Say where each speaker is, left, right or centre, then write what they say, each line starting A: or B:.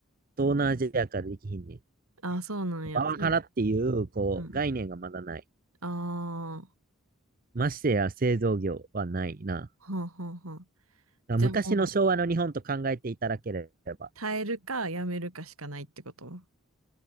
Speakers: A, on the right; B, on the right.
A: 東南アジアからできひんねん。
B: ああ、そうなんや。
A: パワハラっていう、
B: そう
A: こう、
B: うん。
A: 概念がまだない。
B: ああ。
A: ましてや製造業はないな。
B: はんはんはん。
A: だから昔の昭和の日本と考えていただければ。
B: じゃあもう、耐えるかやめるかしかないってこと